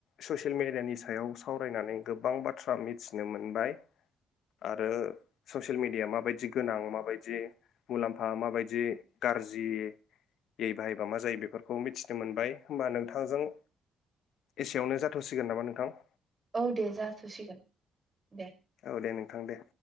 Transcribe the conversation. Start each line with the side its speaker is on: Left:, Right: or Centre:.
Left: ससियेल मेडियानि सायाव सावरायनानै गोबां बाथ्रा मिथिनो मोनबाय आरो ससियेल मेडियाया माबायदि गोनां माबायदि मुलाम्फा माबायदि गाज्रि यै बाहायबा मा जायो बेफोरखौ मिथिनो मोनबाय होमबा नोंथांजों एसेयावनो जाथ'सिगोन नामा नोंथां?
Right: औ दे जाथ'सिगोन दे।
Left: औ दे नोंथां दे।